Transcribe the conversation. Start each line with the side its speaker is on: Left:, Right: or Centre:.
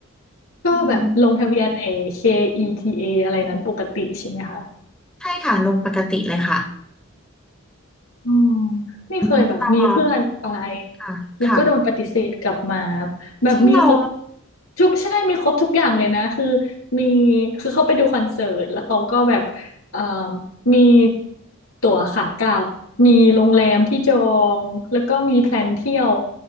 Left: ก็แบบลงทะเบียนไอ้
Centre: อืม
Left: KETA อทีเออะไรนั้นปกติใช่ไหมคะ
Centre: ใช่ค่ะลงปกติเลยค่ะ
Left: อืมไม่เคยแบบมีเพื่อนไป
Centre: อืมตามอค่ะค่ะ
Left: แล้วก็โดนปฏิเสธกลับมาแบบมีครบ
Centre: จริงเหรอ
Left: ทุกใช่มีครบทุกอย่างเลยนะคือมีคือเขาไปดูคอนเสิร์ตแล้วเขาก็แบบเอ่มมีตั๋วขากลับมีโรงแรมที่จองแล้วก็มีแพลนเที่ยว